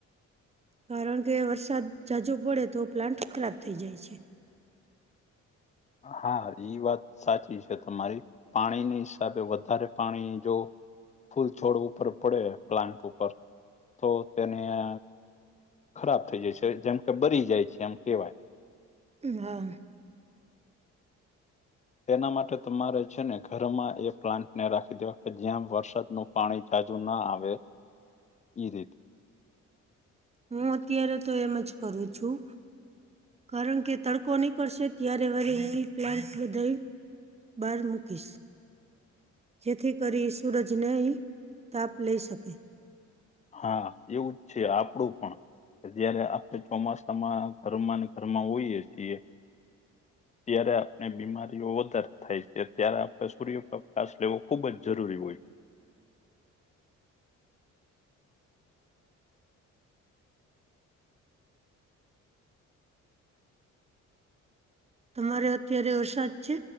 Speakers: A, on the right; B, on the left.
A: કારણ કે વરસાદ જાજો પડે, તો પ્લાન્ટ ખરાબ થઇ જાય છે.
B: હા, એઈ વાત સાચી છે તમારી. પાણીની હિસાબે વધારે પાણી જો ફૂલ છોડ ઉપર પડે, પ્લાન્ટ ઉપર તો તેને- ખરાબ થઇ જાય છે, જેમ કે બરી જાય છે એમ કેવાય.
A: હમ્મ
B: એના માટે તમારે છે ને ઘરમાં એ પ્લાન્ટ ને રાખી દેવા કે જ્યાં વરસાદનું- પાણી તાજું ના આવે, ઈ રીતે
A: હું અત્યારે તો એમ જ કરું છું. કારણ કે તડકો નીકળશે ત્યારે વારી હ પ્લાન્ટ બધ બાર મુૂકીશ. જેથી કરી સૂરજને તાપ લઈ શકે.
B: હા, એવુંજ છે. આપડું પણ કે જયારે આપણે ચોમાસામાં ઘરમાં, ઘરમાં હોઈએ છીએ. ત્યારે આપણે બીમારીઓ વધારે થાય છે, ત્યારે આપણે સૂર્યપ્રકાશ લેવો ખુબ જ જરૂરી હોય.
A: તમારે અત્યારે વરસાદ છે?